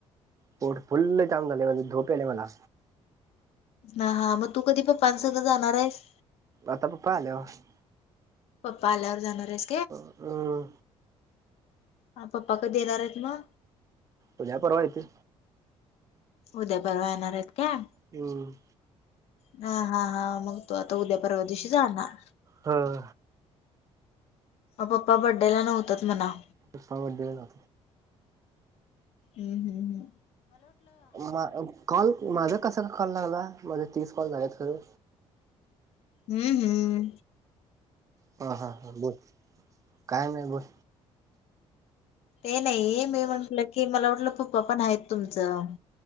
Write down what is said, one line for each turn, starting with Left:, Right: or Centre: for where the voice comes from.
Right: पोट फुल्ल जाम झालय झोप यायल्या मला.
Left: हा हा म तू कधी पप्पांसगं जाणार हैस.
Right: आता पप्पा आल्यावर.
Left: पप्पा आल्यावर जाणार. आहेस
Right: हमम..
Left: आ पप्पा कधी येणार आहेत म?
Right: उद्या परर्वा येतल.
Left: उद्या परवा येणार हैत काय.
Right: हम्.
Left: हा हा हा मग तू आता उद्या परर्वा दिवशी जाणार.
Right: हं.
Left: म पप्पा बड्डे ला नव्हतत म्हणाव.
Right: <unintelligible> बड्डे झाला.
Left: हम् हम् हम्.
Right: मा अ कॉल माझा कसाकाय कॉल लागला माझे तीस कॉल झाल्यात खरं.
Left: हम् हम्.
Right: हा हा हा बोल काय नाई बोल.
Left: ते नाई मी म्हंटलं की मला वाटलं पप्पा पण हैत तुमचं.